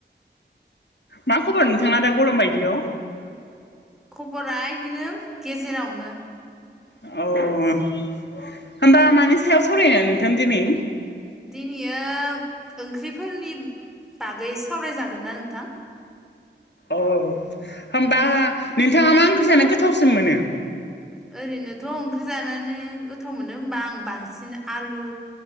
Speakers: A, on the left (about 65°); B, in the centre.
A: मा खबर नोंथांना दा गरम बायदियाव
B: खबरा बिदिनो गेजेरावनो
A: अ होमबा मानि सायाव सावरायनो नोंथां दिनै
B: दिनैयो ओंख्रिफोरनि बागै सावरायजागोन ना नोंथां
A: औ होनोमबा नोंथाङा मा ओंख्रि जानो गोथावसिन मोनो
B: ओरैनोथ' ओंख्रि जानानै गोथाव मोनो होमबा आं बांसिन आलु